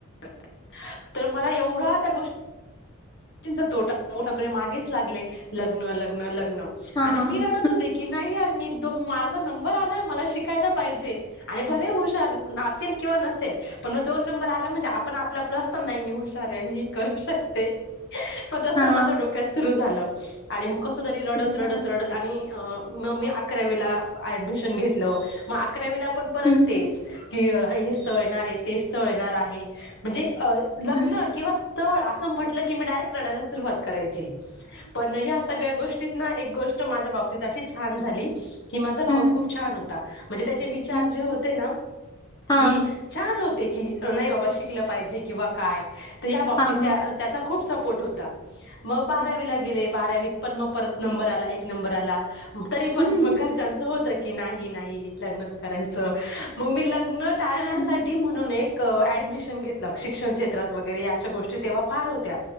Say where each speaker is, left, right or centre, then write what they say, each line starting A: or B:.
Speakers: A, on the left; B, on the left.
A: <unintelligible> तर मला एवढ्या त्या गोष् <unintelligible> चा तोटा <unintelligible> सगळे मागेच लागले लग्न, लग्न, लग्न
B: हम्
A: आणि मी रडत
B: हा
A: होते की नाही यार मी <unintelligible> माझा नंबर आलाय मला शिकायला पाहिजे आणि भलेहि हुशार नासेल किंवा नसेल पण मग दोन नंबर आला म्हणजे आपण आपला प्लस तर नाही मी हुशारे, मी करू शकते. म तस
B: हा
A: माझ्या डोक्यात सुरू झालं आणि मग कस तरी रडत
B: विचार
A: रडत रडत आणि अ म मी अकरावीला ऍडमिशन घेतलं, मग अकरावीला पण परत
B: हम्म
A: तेच की <unintelligible> हे स्थळ येणार ये, ते स्थळ येणार आहे म्हणजे अ लग्न
B: हम्म
A: किंवा स्थळ अस म्हटल की मी डायेक रडायला सुरवात करायची, पण ह्या सगळ्या गोष्टीत न एक गोष्ट माझ्या बाबतीत अशी छान झाली की माझा भाऊ
B: हम्म
A: खूप छान होता. म्हणजे त्याचे विचार
B: हम्म
A: जे होते ना
B: हा
A: की छान होते. की अ नाही बाबा शिकल पाहिजे किंवा काय त ह्या बाबतीत
B: हा
A: त्या त्याचा खूप सपोर्ट होता, मग बारावीला
B: अच्छा
A: गेले बारावीत पण म पर नंबर आला, एक नंबर आला. हु तरी
B: हम्म
A: पण मग घरच्यांचं होत कि नाही नाही लग्नच करायच मग मी लग्न टाळण्यासाठी
B: हम्म
A: म्हणून एक ऍ ऍडमिशन घेतलं, शिक्षण क्षेत्रात वगैरे या अशा गोष्टी तेव्हा फार होत्या.